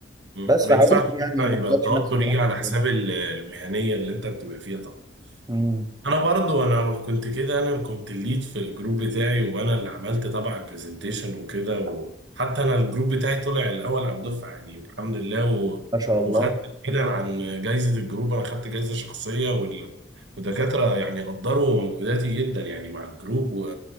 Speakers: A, on the right (about 75°); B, on the right (about 20°).
A: مم.
B: بس
A: ما
B: فحاولت
A: ينفعش كده
B: يعني ما
A: يبقى
B: اغلطش
A: التوتر
B: نفسي بالعكس.
A: يجي على حساب ال- المهنية اللي انت بتبقى فيها طبعا
B: مم،
A: انا برضو انا كنت كده انا كنت الليد في الجروب بتاعي وانا اللي عملت طبعا البرزنتيشن وكده وحتى انا الجروب بتاعي طلع الاول على الدفعة يعني الحمد لله و...
B: ما شاء الله
A: وخدت بعيدا عن جايزة الجروب انا خدت جايزة شخصية وال... ودكاترة يعني قدروا مجهوداتي جدا يعني مع الجروب و...